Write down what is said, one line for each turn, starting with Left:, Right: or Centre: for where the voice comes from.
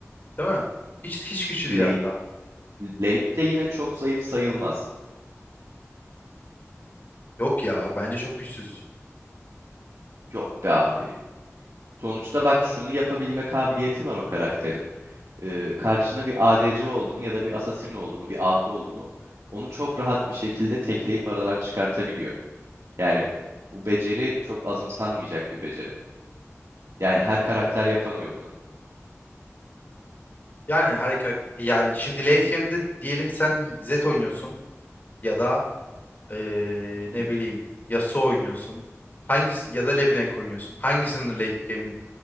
Left: Değil mi? Hiç hiç güçlü
Right: late,
Left: değil hatta.
Right: late de yine çok zayıf sayılmaz.
Left: Yok ya, bence çok güçsüz.
Right: Yok be abi. Sonuçta bak şunu yapabilme kabiliyeti var o karakterin. Ee, karşına bir ADC oldu mu ya da bir Assassin oldu mu, bir AP oldu mu onu çok rahat bir şekilde tekleyip aradan çıkartabiliyor. Yani bu beceri çok azımsanmayacak bir beceri. Yani her karakter yapamıyor bunu.
Left: Yani harika yani şimdi late game'de diyelim sen Zed oynuyorsun ya da eee, ne
Right: Hı.
Left: bileyim Yasuo oynuyorsun. Hangisi ya da LeBlanc oynuyorsun. Hangisinin late game'i